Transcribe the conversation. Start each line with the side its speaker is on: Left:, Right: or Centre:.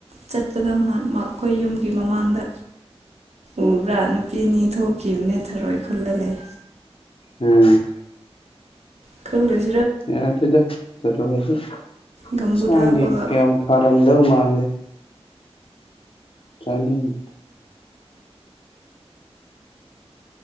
Right: ꯆꯠꯄꯗꯣ ꯉꯍꯥꯛ ꯑꯩꯈꯣꯏ ꯌꯨꯝꯒꯤ ꯃꯃꯥꯡꯗ ꯎꯕ꯭ꯔꯥ ꯅꯨꯄꯤ ꯑꯅꯤ ꯊꯣꯛꯈꯤꯕꯅꯦ ꯊꯔꯣꯏ ꯈꯨꯜꯂ ꯂꯩ
Left: ꯎꯝ
Right: ꯀꯦ
Left: ꯌꯥ ꯑꯗꯨꯗ ꯆꯨ ꯍꯧꯖꯤꯛ ꯍꯛꯆꯥꯡꯒꯤ
Right: ꯒꯝꯕꯨꯠ ꯍꯥꯞꯄꯒ
Left: ꯀꯌꯥꯝ ꯐꯔꯝꯗꯧ ꯃꯥꯟꯗꯦ ꯆꯅꯤꯡ